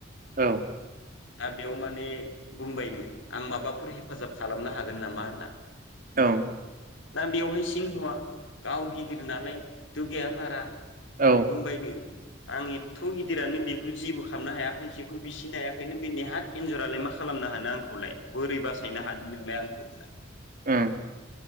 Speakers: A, on the right (about 45°); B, on the left (about 75°).
A: औ
B: दा बेयाव माने बुंबायनो आं माबाफोर हेफाजाब खालामनो हागोन नामा होनना।
A: औ
B: दा बेवहाय सिंहआ गाव गिदिर नालाय दुगाया बारा
A: औ
B: बुंबायनो आं एथ' गिदिरानो बेखौ जेबो खालामनो हायाखै जेखौ बिसिनो हायाखै नों बे नेहाथ एन्जरालाय मा खालामनो हानो आंखौलाय। बोरै बासायनो हादों नोंलाय आंखौ
A: ओम